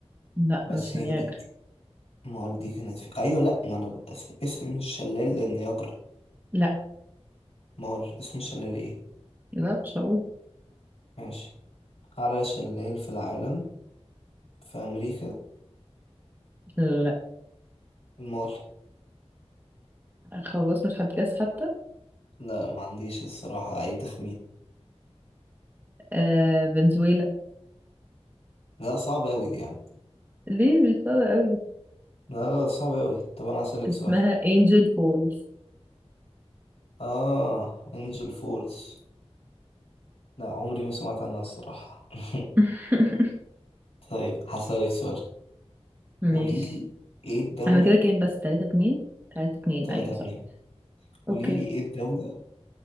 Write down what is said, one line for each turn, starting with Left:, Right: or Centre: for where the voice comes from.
Right: لا
Left: بس
Right: مش
Left: هي
Right: نياجرا
Left: دي مول دي كانت في ايوه لا ما انا ب- اسم اسم الشلال للنياجرا
Right: لا
Left: مول اسم الشلال ايه
Right: لا مش هقول
Left: ماشي اعلى شلال في العالم في امريكا
Right: لا
Left: المول
Right: خلاص مش هتجاز حتى
Left: لا ما عنديش الصراحه اي تخمين
Right: آه فنزويلا
Left: لا صعب اوي دي يعني
Right: ليه مش صعبة قوي
Left: لا لا صعب اوي طب انا هسألك
Right: اسمها
Left: سؤال
Right: انجل فولز
Left: اه انجل فولز لا عمري ما سمعت عنها الصراحه <laughs>
Right: <laughs>
Left: طيب هسألك سؤال
Right: ماشي
Left: قوليلي ايه الدوله
Right: احنا كده كام بس تلاتة اتنين تلاتة اتنين
Left: 3
Right: ايوه
Left: 2
Right: صح
Left: قوليلي
Right: اوكي
Left: ايه الدوله